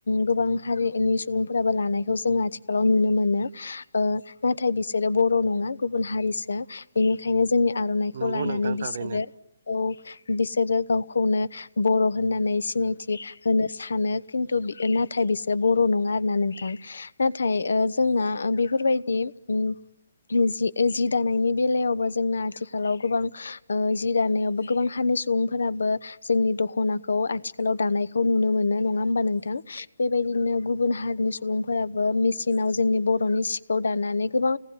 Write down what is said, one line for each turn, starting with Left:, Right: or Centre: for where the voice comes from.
Left: गोबां गोबां हारिनि सुबुंफोराबो लानायखौ जोंङो आथिखालाव नुनो मोनो ओ नाथाय बिसोरो बर' नङा गुबुन हारिसो बेनिखायनो जोंनि आर'नाइखौ
Right: नंगौ
Left: लानानै
Right: नोंथां
Left: बिसोरो
Right: थारैनो
Left: औ बिसोरो गावखौनो बर' होननानै सिनायथि होनो सानो। खिन्थु नाथाय बिसोर बर' नङा आरोना नोंथां नाथाय ओ जोंना बेफोरबायदि उम जि जि दानायनि बेलायावबो जोंना आथिखालाव गोबां ओ जि दानायावबो गोबां हानि सुबुंफोराबो जोंनि दख'नाखौ आथिखालाव दानायखौ नुनो मोनो। नङा होमबा नोंथां बेबायदिनो गुबुन हारिनि सुबुंफोरा बो मिसिनाव जोंनि बर'नि सिखौ दानानै गोबां